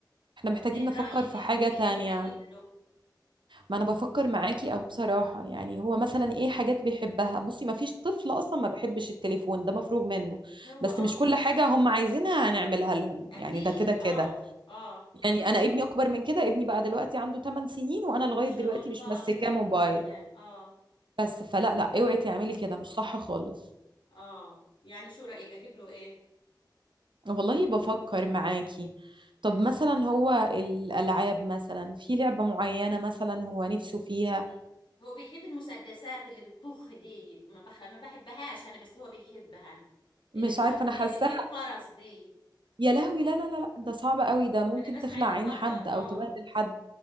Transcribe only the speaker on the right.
احنا محتاجين
نفكر
في
حاجة تانية
ما انا بفكر معاكي اهو بصراحة يعني هو مثلا ايه حاجات بيحبها بصي ما فيش طفل اصلا ما بيحبش التليفون ده مفروغ منه
بس
مش كل حاجة هم عايزينها هنعملها لهم
يعني ده كده كده
يعني انا ابني اكبر من كده ابني بقى دلوقتي عنده 8 سنين وانا لغاية
دلوقتي
مش ماسكاه
موبايل
بس فلا لا اوعي تعملي كده مش صح خالص
والله بفكر معاكي طب
مثلا هو الألعاب مثلا في لعبة معينة مثلا هو نفسه فيها
مش
عارفة أنا
حاساها
يا لهوي لا لا لا لا ده صعب قوي ده ممكن
تخلع
عين
حد أو
تبهدل حد